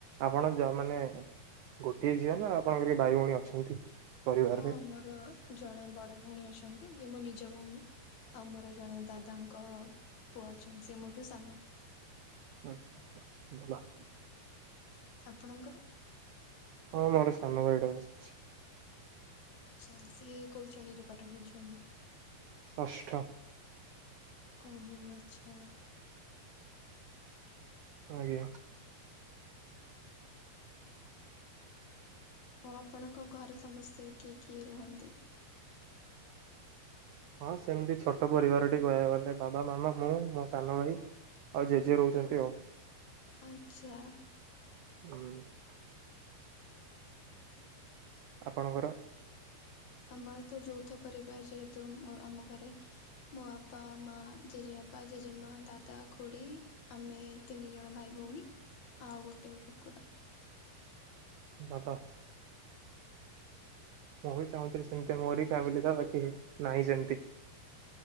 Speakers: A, on the right; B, on the left.
A: ଆପଣ ଯ ମାନେ ଗୋଟିଏ ଝିଅ ନା ଆପଣଙ୍କର ଭାଇ ଭଉଣୀ ଅଛନ୍ତି? ପରିବାରରେ
B: ହଁ ମୋର ଜଣେ ବଡ ଭଉଣୀ ଅଛନ୍ତି, ଯେ ମୋ ନିଜ ଭଉଣୀ ଆଉ ମୋର ଜଣେ ଦାଦାଙ୍କ ପୁଅ ଅଛନ୍ତି, ସେ ମୋ ଠୁ ସାନ।
A: ଆଚ୍ଛା ଭଲ।
B: ଆପଣଙ୍କର।
A: ହଁ ମୋର ସାନ ଭାଇ ଏଇଠେ ବସିଛି।
B: ଆଚ୍ଛା ସିଏ କୋଉ ଶ୍ରେଣୀରେ ପାଠ ପଢୁଛନ୍ତି?
A: ଷଷ୍ଠ।
B: ଓହୋ ଆଚ୍ଛା।
A: ଆଜ୍ଞା।
B: ଓ ଆପଣଙ୍କ ଘରେ ସମସ୍ତେ କିଏ କିଏ ରୁହନ୍ତି?
A: ହଁ ସେମିତି ଛୋଟ ପରିବାରଟି କହିବାକୁ ଗଲେ ବାବା, ମାମା, ମୁଁ, ମୋ ସାନ ଭାଇ। ଆଉ ଜେଜେ ରହୁଛନ୍ତି ଆଉ।
B: ଆଚ୍ଛା।
A: ହୁଁ। ଆପଣଙ୍କର।
B: ଆମର ତ ଯୌଥ ପରିବାର ଯେହେତୁ ଉଁ ମୋ ଆମ ଘରେ ମୋ ବାପା, ମା, ଜେଜେବାପା। ଜେଜେମାଁ, ଦାଦା, ଖୁଡି ଆମେ ତିନି ଜଣ ଭାଇ ଭଉଣୀ। ଆଉ ଗୋଟେ କୁକୁର।
A: ବାବା। ମୁଁ ବି ଚାହୁଁଥିଲି ସେମିତିଆ ମୋରି ଫ୍ୟାମିଲି ତ ବାକି ନାହିଁ ସେମିତି।